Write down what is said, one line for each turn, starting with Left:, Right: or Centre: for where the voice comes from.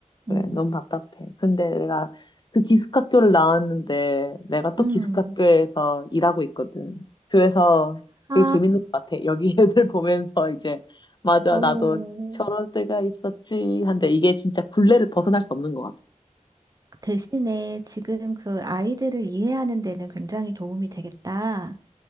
Left: 그래,
Right: 음,
Left: 너무 답답해. 근데 내가 그 기숙학교를 나왔는데 내가 또
Right: 음.
Left: 기숙학교에서 일하고 있거든. 그래서
Right: 아,
Left: 되게 재밌는 것 같아. 여기 애들 <laughs> 보면서 이제, 맞아,
Right: 오.
Left: 나도 저럴 때가 있었지. 한데 이게 진짜 굴레를 벗어날 수 없는 것 같아.
Right: 대신에 지금 그 아이들을 이해하는 데는 굉장히 도움이 되겠다.